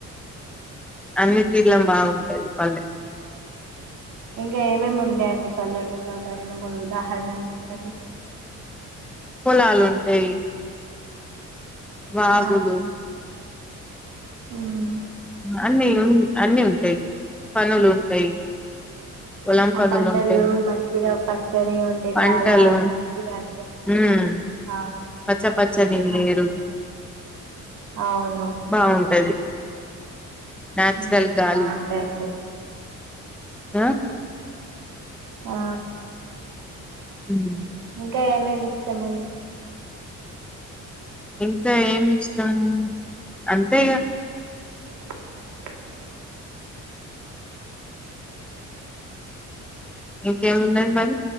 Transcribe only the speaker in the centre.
అన్ని తీర్ల బాగుంటది పల్లెటూరు
పొలాలు ఉంటాయి వాగులు
అన్ని ఉ అన్నిీఉంటాయి పనులు ఉంటాయి పొలం
పనులు
ఉంటాయి
పంటలు
ఉమ్
పచ్చ పచ్చని లేరు
బాగుంటది నేచురల్
గాలి
అ
మ్
ఇంకా ఏమి ఇష్టం అంతే ఇగ
ఇంకేమున్నయ్ మరి